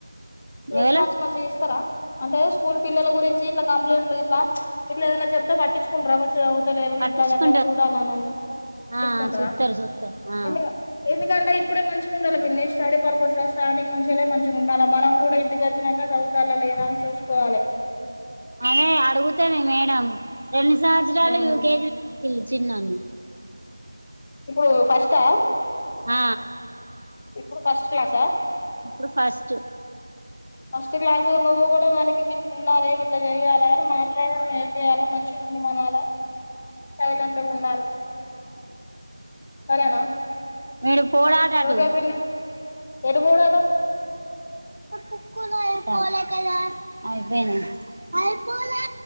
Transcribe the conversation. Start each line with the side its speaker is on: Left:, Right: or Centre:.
Left: రెస్పాన్స్
Right: ఎవలు
Left: మంచిగా ఇస్తారా అంటే స్కూల్ పిల్లల గురించి ఇట్లా కంప్లైంట్లు ఇట్లా ఇట్లా ఏదైనా చెప్తే పట్టించుకుంటార మంచిగ తలేరు
Right: పట్టించుకుంటారు
Left: ఇట్లా గట్లా చూడాలని
Right: ఆ
Left: తీసుకుంట్ర
Right: చూస్తారు చూస్తారు ఆ
Left: ఎందుకు ఏ <unintelligible> ఇప్పుడే మంచిగా ఉండాలి. పిన్ని స్టడీ పర్పస్ లో స్టార్టింగ్ నుంచే మంచిగా ఉండాల మనం కూడా ఇంటికి వచ్చినాక చదువుతాలా లేదా అని చూసుకోవాలి.
Right: అదే అడుగుతది. మేడం రెండు సంవత్సరాలు
Left: ఉమ్
Right: యుకేజీలో ఇల్లు చిన్నోని
Left: ఇప్పుడు ఫస్టా
Right: ఆ
Left: ఇప్పుడు ఫస్ట్ క్లాసా
Right: ఇప్పుడు ఫస్ట్
Left: ఫస్ట్ క్లాస్ నువ్వు కూడా వానికి గిట్లు ఉండాలి. గిట్లా చేయాలి. అని మాట్లాడడం నేర్పి చేయాలా మంచిగా ఉండు మనాలి. సైలెంట్ గా ఉండాలి. సరేనా
Right: మీరు పోడాటటు
Left: ఒకే పిన్ని ఏడు పోడు అట
Right: <unintelligible> పోలే కదా అయిపోయినయ్ అయిపోలే